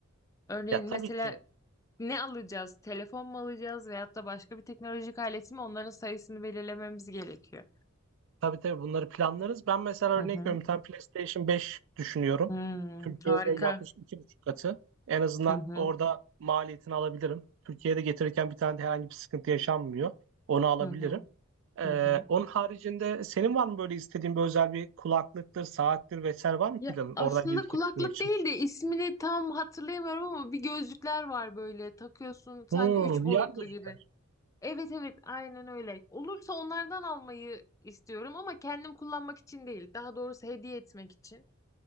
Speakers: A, on the left (about 15°); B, on the right (about 60°).
A: Örneğin
B: Ya
A: mesela
B: tabii ki
A: ne alacağız? Telefon mu alacağız veyahut da başka bir teknolojik alet mi? Onların sayısını belirlememiz gerekiyor.
B: tabii tabii bunları planlarız. Ben mesela örnek
A: Hı hı.
B: veriyorum bir tane PlayStation 5 düşünüyorum.
A: Hmm,
B: Türkiye'de
A: harika.
B: yaklaşık iki buçuk katı. En azından
A: Hı hı.
B: orada maliyetini alabilirim. Türkiye'de getirirken bir tane de herhangi bir sıkıntı yaşanmıyor. Onu alabilirim.
A: Hı hı.
B: Ee,
A: Hı hı.
B: onun haricinde senin var mı böyle istediğin bir özel bir kulaklıktır, saattir vesaire var mı
A: Ya
B: planın
A: aslında
B: oradan gelirken
A: kulaklık
B: getirmek için?
A: değil de ismini tam hatırlayamıyorum ama bir gözlükler var böyle takıyorsun sanki
B: Hmm,
A: üç boyutlu
B: VR gözlükler.
A: gibi. Evet evet aynen öyle. Olursa onlardan almayı istiyorum ama kendim kullanmak için değil. Daha doğrusu hediye etmek için.